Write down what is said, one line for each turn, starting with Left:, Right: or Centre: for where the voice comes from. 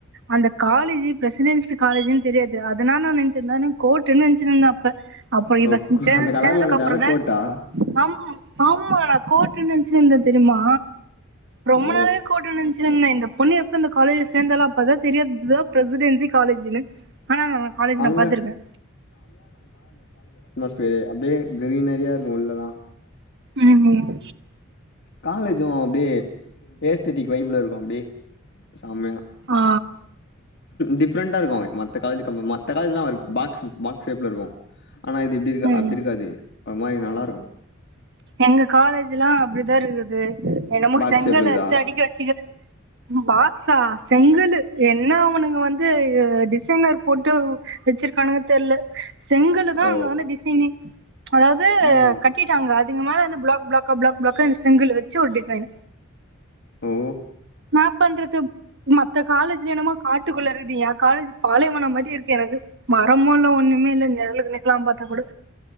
Right: அந்த காலேஜு பிரசிடென்சி காலேஜுன்னு தெரியாது அதனால நா நெனைச்சிருந்தே நா கோர்ட்டுன்னு நெனைச்சிருந்தே அப்ப அப்புற
Left: ஓ
Right: இவ சே
Left: அந்த கலர்ல
Right: சேந்ததுக்கு
Left: அந்த
Right: அப்புறந்தா
Left: ஜன்னல் கோட்டா
Right: அம் ஆ மா கோர்ட்டுனு நெனச்சினுருந்தே தெரியுமா ரொம்ப
Left: ஓ
Right: நாளாவே கோர்ட்டுனு நெனச்சினுருந்தே இந்த பொண்ணு எப் ப இந்த காலேஜ்ல சேந்தாளோ அப்பதா தெரியு இதா பிரசிடென்சி காலேஜுனு ஆனா நா காலேஜ் நா
Left: அங்க
Right: பாத்திருக்கே
Left: பியரே அப்டியே கிரீனரியா இருக்கு உள்ளலா
Right: ம் ஹூம்
Left: காலேஜு அப்டியே ஏஸ்தட்டிக் வைப்ல இருக்கு அப்டியே செமயா
Right: ஆ
Left: டிஃப்ரெண்ட்டா இருக்கு மத்த காலேஜு கம் மத்த காலேஜ்லா ஒரு பாக்ஸ் பாக் ஸ் ஷேப்ல இருக்கு ஆனா இது இப்டி இருக்கா
Right: ம்
Left: அப்டி இருக்காது ஒரு மாரி நல்லாருக்கு
Right: எங்க காலேஜல்லா அப்டிதா இருக்குது என்னமோ
Left: பாக்ஸ்
Right: செங்கலு
Left: ஷேப்ல இருக்குதா
Right: எட்த்து அடுக்கி வச்சுக்குற ம் பாக்ஸா செங்கலு என்ன அவனுக வந்து டிசைனர் போட்டு வச்சிருக்கானுக தெர்ல செங்கல்லுதா
Left: ஓ
Right: அங்க வந்து டிசைனே அதாவது
Left: ம்
Right: கட்டிட்டாங்க அது மேலந்து ப்ளாக் ப்ளாக் க ப்ளாக் ப்ளாக்கா இந்த செங்கலு வச்சு ஒர் டிசைனு
Left: ஓ
Right: மேப் பண்றது மத்த காலேஜுல என்னமொ காட்டுக்குள்ள இருக்குது ஏ காலேஜு பாலைவனம் மாரி இருக்கு எனக்கு மரமு இல்ல ஒன்னுமே இல்ல நெழலுக்கு நிக்லாம் பாத்தா குட